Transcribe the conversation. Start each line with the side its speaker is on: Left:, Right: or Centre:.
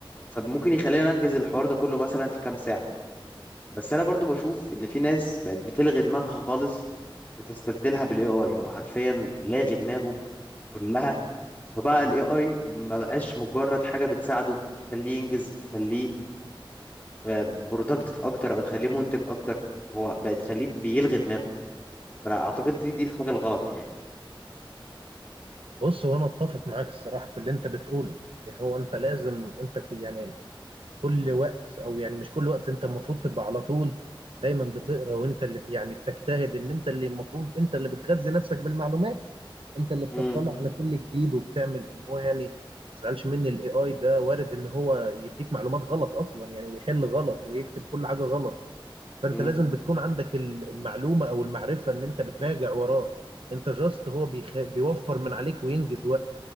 Left: فممكن يخلينا انجز الحوار ده كله مثلا في كام ساعه بس انا برضو بشوف ان في ناس بقت بتلغي دماغها خالص وتستبدلها بالاي اي هو حرفيا لاغي دماغه كلها فبقى الاي اي ما بقاش مجرد حاجه بتساعده بتخليه ينجز بتخليه برودكتيف اكتر او تخليه منتج اكتر هو بقت تخليه بيلغي دماغه فانا اعتقد دي دي الحاجه الغلط يعني
Right: بص وانا اتفق معاك الصراحة في اللي انت بتقوله يعني هو انت لازم انت كو- يعني كل وقت او يعني مش كل وقت انت المفروض تبقى على طول دايما بتقرا وانت اللي يعني بتجتهد ان انت اللي المفروض انت اللي بتغذي نفسك بالمعلومات انت اللي بتطلع
Left: امم
Right: على كل جديد وبتعمل ان هو يعني ما تزعلش مني الاي اي ده وارد ان هو يديك معلومات غلط اصلا يعني ويحل غلط ويكتب كل حاجه غلط فانت
Left: امم
Right: لازم بتكون عندك ال- المعلومه او المعرفه ان انت بتراجع وراه انت جاست هو بيخ... بيوفر من عليك وينجز وقت